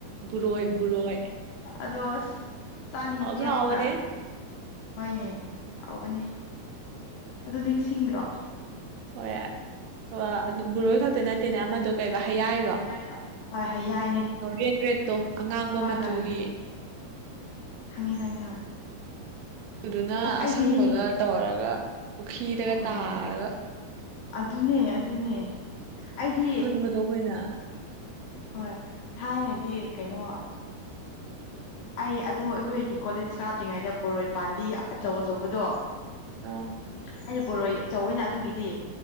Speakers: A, on the right (about 85°); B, on the left (about 75°).
A: ꯕꯨꯔꯣꯏ ꯕꯨꯔꯣꯏ
B: ꯑꯗꯣ ꯑꯁ ꯆꯥꯅꯤꯡꯈꯤꯌꯦ
A: ꯍꯥꯎꯁꯨ
B: ꯑꯃꯨꯛꯀ
A: ꯍꯥꯎꯕꯅꯦ
B: ꯍꯣꯏꯅꯦ ꯍꯥꯎꯕꯅꯦ ꯑꯗꯨ ꯅꯤꯡꯁꯤꯡꯗ꯭ꯔꯣ
A: ꯍꯣꯏ ꯑꯣ ꯑꯗꯨ ꯕꯣꯔꯣꯏ ꯈꯛꯇ ꯅꯠꯇꯦꯅꯦ ꯑꯃꯗꯣ ꯀꯩꯕꯥ ꯍꯥꯏꯌꯥꯏꯔꯣ
B: ꯌꯥꯏꯔꯣ ꯍꯣꯏ ꯍꯩꯌꯥꯏꯅꯦ
A: ꯔꯦꯠ ꯔꯦꯠ ꯇꯣ ꯑꯉꯥꯡꯕ
B: ꯍꯣꯏ
A: ꯃꯆꯨꯒꯤ
B: ꯍꯣꯏ ꯈꯪꯉꯦ ꯈꯪꯉꯦ ꯍꯣꯏ
A: ꯑꯗꯨꯅ
B: ꯑꯁ
A: ꯑꯁꯪꯕꯒ
B: ꯑꯩꯗꯤ
A: ꯇꯧꯔꯒ ꯄꯨꯈ꯭ꯔꯤꯗꯒ
B: ꯍꯣꯏ
A: ꯇꯥꯔꯒ
B: ꯑꯗꯨꯅꯦ ꯑꯗꯨꯅꯦ ꯑꯩꯗꯤ
A: ꯈꯨꯟꯕꯗꯣ ꯑꯩꯈꯣꯏꯅ
B: ꯍꯣꯏ ꯊꯥꯏꯅꯗꯤ ꯀꯩꯅꯣ ꯑꯩ ꯑꯗꯨ ꯑꯩꯈꯣꯏꯒꯤ ꯀꯣꯂꯦꯖ ꯀꯥꯗ꯭ꯔꯤꯉꯩꯗ ꯕꯣꯔꯣꯏ ꯄꯥꯟꯕꯤ ꯑꯆꯧ ꯑꯆꯧꯕꯗꯣ
A: ꯑ
B: ꯍꯥꯏꯗꯤ ꯕꯣꯔꯣꯏ ꯑꯆꯧꯅ ꯑꯗꯨꯒꯤꯗꯤ